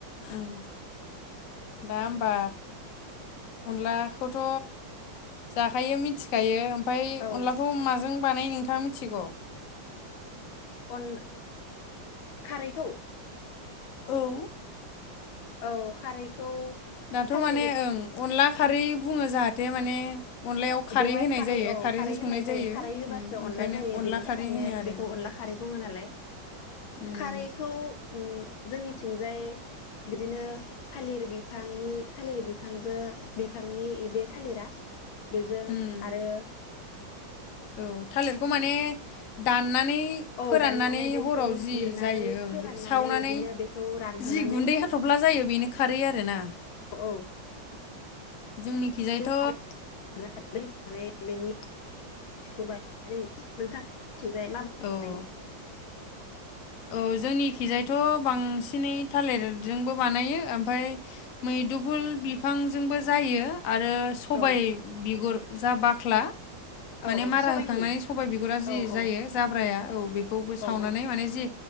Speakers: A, on the left; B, on the left.
A: ओं दा होमबा अनलाखौथ' जाखायो मिथिखायो। ओमफाय
B: औ
A: अनलाखौ माजों बानायो नों थां मिथिग'
B: अन खारैखौ
A: औ
B: औ खारैखौ
A: दाथ'
B: थालिर
A: माने ओं अनलाख खारै बुङो जाहाथे माने अनलायाव
B: बेवहाय
A: होनाय
B: खारै
A: जायो
B: औ
A: खारैजों
B: खारै
A: संनाय
B: होनाय जायो खारै होबासो
A: उम ओंखायनो
B: अनला जायो
A: अनला
B: बेनि
A: खारै
B: थाखायनो
A: होनो आरोना
B: बेखौ अनला खारै बुङो नालाय
A: उम
B: खारैखौ उम जोंनिथिंजाय बिदिनो थालिर बिफांनि थालिर बिफांजों बिफांनि बे थालिरा बेजों
A: उम
B: आरो
A: औ थालिरखौ माने दान नानै
B: औ
A: फोराननानै
B: दाननानै बेखौ
A: हराव जि
B: जिरनानै
A: जायो ओं
B: फोराननानै
A: सावनानै
B: इदिनो बेखौ रानहोनानै
A: जि गुन्दै हाथब्ला जायो बेनो खारै आरोना।
B: औ <unintelligible>
A: जोंनिखिजायथ'
B: खौ बानायनाय जायो नोंथां। थिंजाय माबोरै
A: औ
B: बानायो?
A: औ जोंनि खिजायथ' बांसिनै थालिरजोंबो बानायो ओमफाय मैदुफुल बिफांजोंबो जायो। आरो सबाय
B: औ
A: बिगुर जा बाख्ला
B: औ
A: माने
B: औ
A: मारा
B: सबाइनि
A: होखांनानै सबाइ बिगुरा जि
B: औ
A: जायो
B: औ
A: जाब्राया औ बेखौबो सावनानै
B: औ
A: माने जि